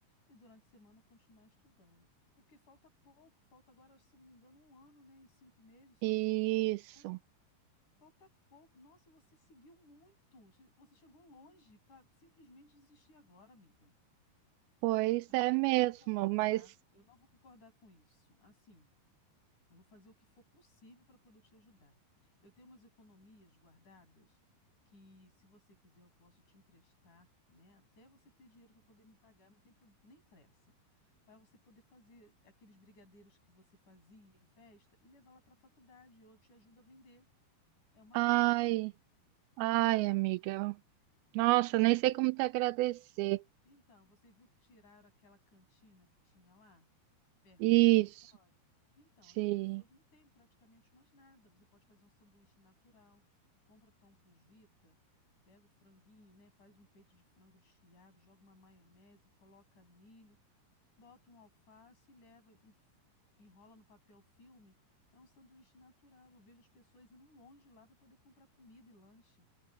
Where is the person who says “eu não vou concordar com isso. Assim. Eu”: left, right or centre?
Left